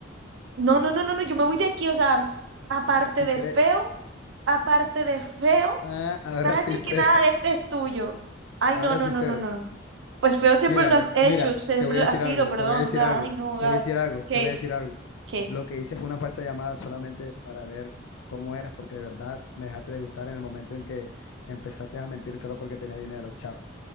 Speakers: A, on the right (about 65°); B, on the left (about 80°).
A: no, no, no, no, no, yo me voy de aquí. O sea, aparte
B: Si
A: de
B: quiere,
A: feo, aparte de feo,
B: ah, ahora
A: me vas
B: soy
A: a decir que
B: feo.
A: nada de
B: <laughs>
A: este es tuyo. Ay,
B: Ahora
A: no, no,
B: sí
A: no,
B: feo.
A: no, no. Pues feo siempre
B: Mira,
A: lo has
B: eh,
A: hecho,
B: mira,
A: siempre
B: te voy a
A: lo
B: decir
A: has sido,
B: algo,
A: perdón.
B: te voy a decir
A: O sea,
B: algo,
A: ay, no,
B: te
A: gas.
B: voy a decir algo,
A: ¿Qué?
B: te voy a decir algo.
A: ¿Qué?
B: Lo que hice fue una falsa llamada solamente para ver cómo eras, porque de verdad me dejaste de gustar en el momento en que empezaste a mentir solo porque tenía dinero. Chao,